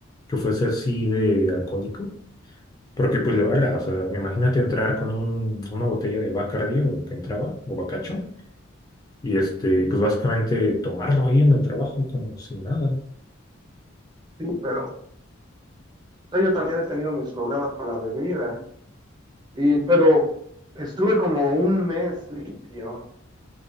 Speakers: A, on the left; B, on the right.
A: que fuese así de alcohólico, porque pues le valga, o sea, imagínate entrar con un- una botella de Bacardi o lo que entraba, o Bacacho, y este, pues básicamente tomarlo ahí en el trabajo como sin nada,
B: sí, pero yo también he tenido mis problemas con la bebida. Y, pero estuve como un mes limpio.